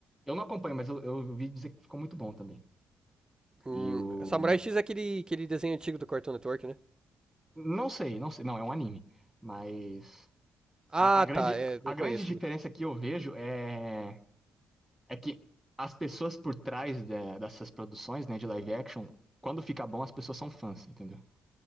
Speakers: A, in the centre; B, on the right.
A: Eu não acompanho, mas eu, eu ouvi dizer que ficou muito bom também.
B: Hum,
A: E o.
B: Samurai X é aquele, aquele desenho antigo do Cartoon Network, né?
A: Não sei, não sei. Não, é um anime. Mas.
B: Ah,
A: A, a grande,
B: tá, é, não
A: a grande
B: conheço
A: diferença
B: muito.
A: que eu vejo é, é que as pessoas por trás de- dessas produções, né, de live action, quando fica bom, as pessoas são fãs, entendeu?